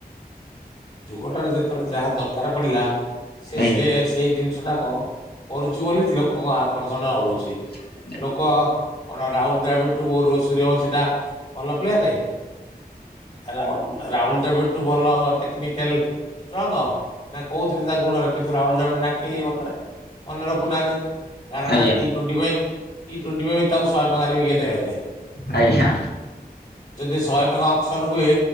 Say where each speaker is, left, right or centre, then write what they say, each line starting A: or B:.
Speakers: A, on the left; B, on the left.
A: ଯୁଗଟାରେ ଯେତେବେଳେ ଯାହା ଦରକାର ପଡିଲା, ସେ
B: ଆଜ୍ଞା
A: ସେ ସେଇ ଜିନିଷଟା କ କରୁଛି ବୋଲି ଲୋକଙ୍କ ଆକର୍ଷଣ ରହୁଛି।
B: <inaudible>
A: ଲୋକ କଣ ରାହୁଲ ଦ୍ରାବିଡ ଠୁ ସୂର୍ୟବଂଶୀ ଟା ଭଲ ପ୍ଲେୟାର? ରାହୁଲ ରାହୁଲ ଦ୍ରାଭିଡଠୁ ଭଲ ଟେକ୍ନିକାଲ ଷ୍ଟ୍ରଙ୍ଗ ନା କହୁଥିରେ ତା ଗୁଣରେ କିନ୍ତୁ ରାହୁଲ ଦ୍ରାବିଡ ନା କେହି ମନେରଖିନାହାନ୍ତି। ମନେରଖୁନାହାନ୍ତି
B: ଆଜ୍ଞା
A: କାରଣ ଟି ଟ୍ୱଣ୍ଟି ପାଇଁ ଟି ଟ୍ବେଣ୍ଟି ପାଇଁ ତାଙ୍କୁ ଶହେ ଟଙ୍କାରେ ଭି କେହି ନେବେନି।
B: ଆଜ୍ଞା।
A: ଯଦି ଶହେ ଟଙ୍କା ଅକ୍ସନ ହୁଏ